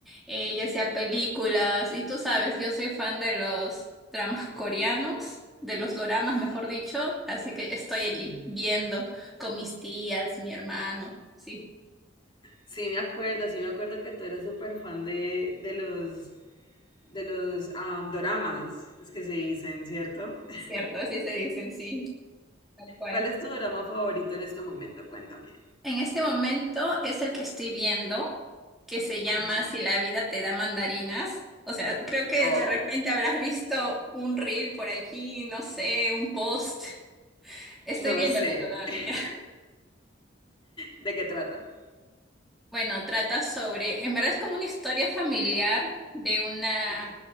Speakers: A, in the centre; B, on the left.
A: eh, ya sea películas, y tú sabes, yo soy fan de los dramas coreanos, de los doramas,
B: Sí,
A: mejor dicho, así que estoy
B: sí.
A: allí viendo con mis tías, mi hermano, sí,
B: Sí, me acuerdo, sí me acuerdo que tú eres súper fan de, de los de los am, doramas, es que se dicen, ¿cierto? <laughs>
A: cierto, así se dicen, sí, tal cual.
B: ¿Cuál es tu dorama favorito en este momento? Cuéntame.
A: En este momento es el que estoy viendo, que se llama
B: ¿Cómo se
A: Si
B: llama?
A: la vida te da mandarinas. O sea, creo que
B: Oh,
A: de repente habrás visto un reel por allí, no sé, un post. Estoy
B: no
A: viéndolo
B: sé.
A: todavía.
B: <laughs> ¿De qué trata?
A: Bueno, trata sobre, en verdad es como una historia familiar de una,
B: Ok.